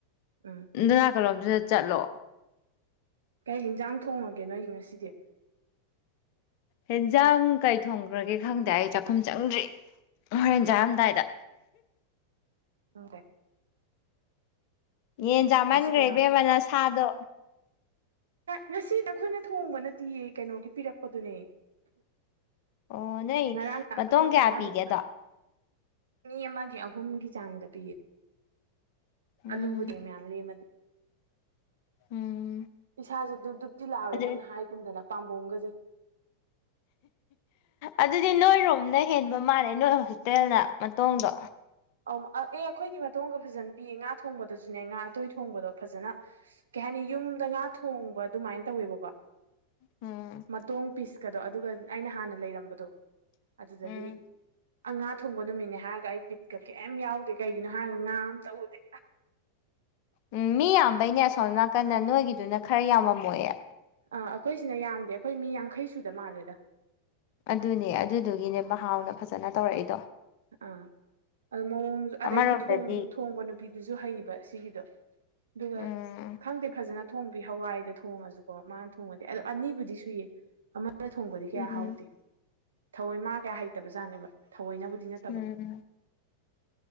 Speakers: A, on the right; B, on the left.
A: ꯎꯝ
B: ꯑꯗꯨ ꯅꯥꯀꯟꯂꯣꯝꯗꯨꯗ ꯆꯠꯂꯣ
A: ꯀꯩ ꯏꯤꯟꯖꯥꯡ ꯊꯣꯡꯉꯒꯦ ꯅꯣꯏꯒꯤ ꯉꯁꯤꯗꯤ
B: ꯍꯦꯟꯖꯥꯡ ꯀꯩ ꯊꯣꯡꯈ꯭ꯔꯒꯦ ꯈꯪꯗꯦ ꯑꯩ ꯆꯥꯛꯈꯨꯝ ꯆꯪꯗ꯭ꯔꯤ ꯍꯣꯔꯦꯟ ꯆꯥꯔꯝꯗꯥꯏꯗ
A: <unintelligible>
B: ꯌꯦꯟ ꯆꯥꯝꯃꯟꯒ꯭ꯔꯦ
A: ꯉꯁꯤ ꯀꯩꯅꯣ
B: ꯏꯕꯦꯝꯃ ꯅꯁꯥꯗꯣ
A: ꯉꯁꯤ ꯅꯈꯣꯏꯅ ꯊꯣꯡꯕ ꯅꯠꯇꯤꯌꯦ ꯀꯩꯅꯣꯒꯤ ꯄꯤꯔꯛꯄꯗꯨꯅꯦ
B: ꯑꯣ ꯅꯣꯏ
A: ꯉꯔꯥꯡꯅ
B: ꯃꯇꯣꯡ
A: ꯑꯩꯈꯣꯏ
B: ꯀꯌꯥ
A: ꯆꯥꯅꯕꯅꯦꯕ
B: ꯄꯤꯒꯦꯗꯣ
A: ꯃꯤ ꯑꯃꯒꯤ ꯑꯍꯨꯝꯒꯤ ꯆꯥꯡꯗ ꯄꯤꯌꯦ
B: ꯎꯝ
A: ꯑꯂꯨꯕꯨꯗꯤ ꯃꯌꯥꯝ ꯂꯦꯝꯃꯗꯤ
B: ꯎꯝ
A: ꯏꯁꯥꯖꯦ ꯗꯨꯞ ꯗꯨꯞꯇꯤ ꯂꯥꯎꯔꯦ
B: ꯑꯗꯨ
A: ꯅꯪꯅ ꯍꯥꯏꯒꯨꯝꯗꯅ ꯄꯥꯝꯕꯣꯝꯒꯖꯦ
B: ꯑꯗꯨꯗꯤ ꯅꯣꯏꯔꯣꯝꯅ ꯍꯦꯟꯕ ꯃꯥꯜꯂꯦ ꯅꯣꯏ ꯍꯣꯁꯇꯦꯜꯅ ꯃꯇꯣꯡꯗꯣ
A: ꯑꯧ ꯑ ꯑꯦ ꯑꯩꯈꯣꯏꯗꯤ ꯃꯇꯣꯡꯒ ꯐꯖꯅ ꯄꯤꯌꯦ ꯉꯥ ꯊꯣꯡꯕꯗꯁꯨꯅꯦ ꯉꯥ ꯑꯇꯣꯏ ꯊꯣꯡꯕꯗꯣ ꯐꯖꯅ ꯀꯩ ꯍꯥꯏꯅꯤ ꯌꯨꯝꯗ ꯉꯥ ꯊꯣꯡꯕ ꯑꯗꯨꯃꯥꯏꯟ ꯇꯧꯋꯦꯕꯀꯣ
B: ꯎꯝ
A: ꯇꯣꯡ ꯄꯤꯁꯀꯗꯣ ꯑꯗꯨꯒ ꯑꯩꯅ ꯍꯥꯟꯅ ꯂꯩꯔꯝꯕꯗꯣ ꯑꯗꯨꯗꯗꯤ
B: ꯎꯝ
A: ꯑ ꯉꯥ ꯊꯣꯡꯕ ꯅꯨꯃꯤꯠꯅꯦ ꯍꯥꯏꯔꯒ ꯑꯩ ꯕꯤꯠꯀ ꯀꯩꯝ ꯌꯥꯎꯗꯦ ꯀꯩꯒꯤꯅꯣ ꯍꯥꯏꯔꯒ ꯉꯥ ꯑꯃꯇ ꯎꯗꯦ
B: ꯎꯝ ꯃꯤ ꯌꯥꯝꯕꯩꯅꯦ ꯑꯁꯣꯝ ꯅꯥꯀꯟꯗ ꯅꯣꯏꯒꯤꯗꯨꯅ ꯈꯔ ꯌꯥꯝꯃꯝꯃꯣꯏꯌꯦ
A: ꯑꯥ ꯑꯩꯈꯣꯏꯁꯤꯅ ꯌꯥꯝꯗꯦ ꯑꯩꯈꯣꯏ ꯃꯤ ꯌꯥꯡꯈꯩ ꯁꯨꯗ ꯃꯥꯜꯂꯦꯗ
B: ꯑꯗꯨꯅꯦ ꯑꯗꯨꯗꯨꯒꯤꯅꯦꯕ ꯍꯥꯎꯅ ꯐꯖꯅ ꯇꯧꯔꯛꯏꯗꯣ
A: ꯑꯥ ꯑꯗꯣ ꯃꯑꯣꯡ ꯑꯗꯩꯗꯤ
B: ꯑꯃꯔꯣꯝꯗꯗꯤ
A: ꯊꯣꯡ ꯊꯣꯡꯕ ꯅꯨꯄꯤꯗꯨꯖꯨ ꯍꯩꯕ ꯁꯤꯒꯤꯗꯣ ꯑꯗꯨꯒ
B: ꯎꯝ
A: ꯈꯪꯗꯦ ꯐꯖꯅ ꯊꯣꯡꯕꯤ ꯍꯋꯥꯏꯇ ꯊꯣꯡꯉꯖꯨꯀꯣ ꯃꯥꯅ ꯊꯣꯡꯉꯗꯤ ꯑꯗꯣ ꯑꯅꯤꯕꯨꯗꯤ ꯁꯨꯏꯌꯦ ꯑꯃ ꯑꯗꯨꯅ ꯊꯣꯡꯕꯗꯤ ꯀꯌꯥ
B: ꯎꯝ
A: ꯍꯥꯎꯇꯦ ꯊꯑꯣꯏ ꯃꯥ ꯀꯌꯥ ꯍꯩꯇꯕꯖꯥꯠꯅꯦꯕ ꯊꯑꯣꯏꯅꯕꯨꯗꯤ ꯅꯠ
B: ꯎꯝ ꯎꯝ